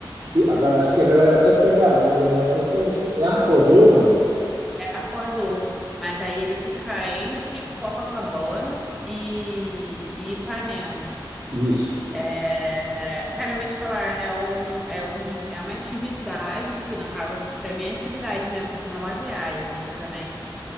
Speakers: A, on the right (about 55°); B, in the centre.
A: Tem- a gal- acho que a galera até pega a onda, né? Eu só não sei. É Arpoador, não?
B: É Arpoador. Mas aí ele fica entre Copacabana e, e Ipanema.
A: Isso.
B: É, é, cara, eu vou te falar, é um, é um, é uma atividade que, no caso, para mim é atividade, né? Porque não é uma viagem, exatamente.